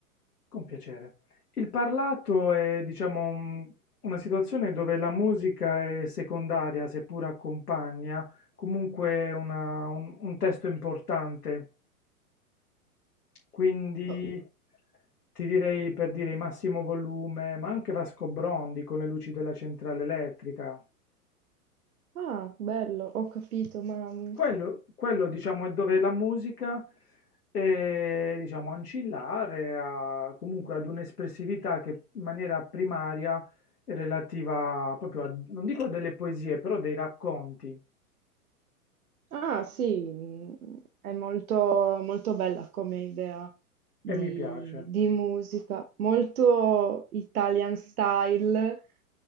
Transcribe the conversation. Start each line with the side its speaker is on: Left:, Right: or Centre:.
Left: con piacere. Il parlato è, diciamo, un- una situazione dove la musica è secondaria, seppur accompagna, comunque una- un un testo importante. Quindi
Right: Oh.
Left: ti direi per dire i massimo volume, ma anche Vasco Brondi con le luci della centrale elettrica.
Right: Ah, bello, ho capito, ma mm,
Left: Quello, quello, diciamo, è dove la musica è, diciamo, ancillare a- comunque ad un'espressività che in maniera primaria è relativa proprio a, non dico a delle poesie, però dei racconti,
Right: Ah sì, mm, è molto, molto bella come idea di,
Left: e mi piace.
Right: di musica, molto Italian style,